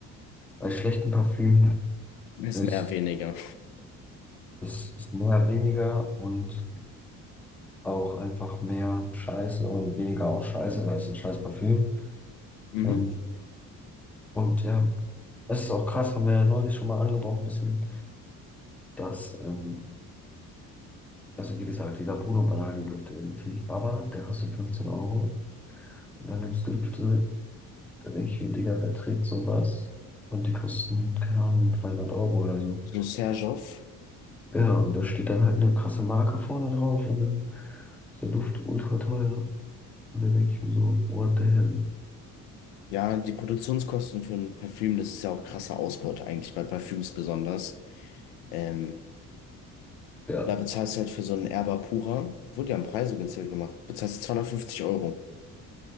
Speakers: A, in the centre; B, on the left.
A: Bei schlechtem Parfüm
B: Ist
A: ist,
B: mehr, weniger.
A: ist, ist mehr weniger und auch einfach mehr Scheiße und weniger auch Scheiße, weil es ein scheiß Parfüm.
B: Mhm.
A: Ähm, und ja, es ist auch krass, haben wir ja neulich schon mal angebrochen ein bisschen. dass, ähm, also wie gesagt, dieser Bruno Banani-Duft, den finde ich Baba, der kostet 15 Euro. Und dann gibt es Düfte, da denke ich mir, Digga, wer trägt sowas? Und die kosten, keine Ahnung, 300 Euro oder so.
B: So Serjoff.
A: Ja, und da steht dann halt eine krasse Marke vorne drauf und dann ist der Duft ultra teuer. Und da denke ich mir so, what the hell?
B: Ja, die Produktionskosten für ein Parfüm, das ist ja auch krasse Ausbeute eigentlich bei Parfüms besonders. Ähm,
A: Ja,
B: da bezahlst du halt für so einen Erba Pura, obwohl die haben Preise günstiger gemacht, bezahlst du 250 Euro.